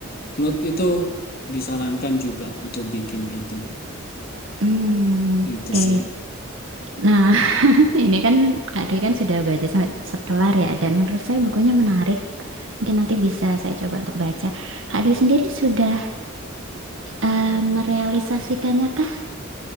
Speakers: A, on the left (about 50°); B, on the right (about 70°).
A: note itu disarankan juga untuk bikin itu.
B: Hmm, oke.
A: Itu sih.
B: Nah, Ini kan Kak Dwi kan sudah baca sampai se- kelar ya, dan menurut saya bukunya menarik. Mungkin nanti bisa saya coba untuk baca. Kak Dwi sendiri sudah eh, merealisasikannya kah